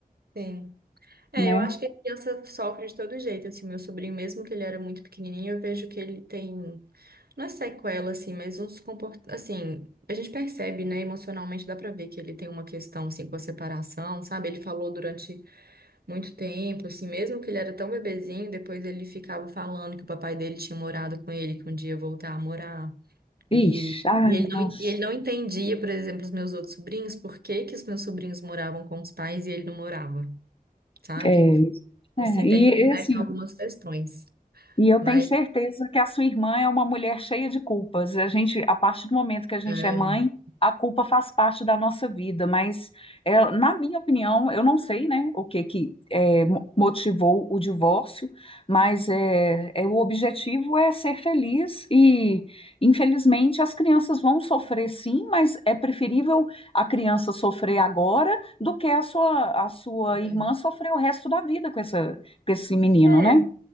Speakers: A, on the right (about 85°); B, on the left (about 35°).
A: Sim. É,
B: né?
A: eu acho que a criança sofre de todo jeito, assim, meu sobrinho, mesmo que ele era muito pequenininho, eu vejo que ele tem, não é sequela, assim, mas uns comportamentos, assim, a gente percebe, né, emocionalmente, dá pra ver que ele tem uma questão, assim, com a separação, sabe? Ele falou durante muito tempo, assim, mesmo que ele era tão bebezinho, depois ele ficava falando que o papai dele tinha morado com ele, que um dia ia voltar a morar. E,
B: Ixi, ai,
A: e ele não,
B: nossa.
A: e ele não entendia, por exemplo, os meus outros sobrinhos, por que que os meus sobrinhos moravam com os pais e ele não morava, sabe?
B: É,
A: Então,
B: é,
A: assim,
B: e
A: tem, né,
B: é assim,
A: tem algumas questões.
B: e eu
A: Mas,
B: tenho certeza que a sua irmã é uma mulher cheia de culpas. A gente, a partir do momento que a gente
A: é,
B: é mãe, a culpa faz parte da nossa vida. Mas, é, na minha opinião, eu não sei, né, o que que é, mo- motivou o divórcio, mas é, é, o objetivo é ser feliz e, infelizmente, as crianças vão sofrer sim, mas é preferível a criança sofrer agora do que a sua, a sua
A: é,
B: irmã sofrer o resto da vida com essa, com esse menino, né?
A: É,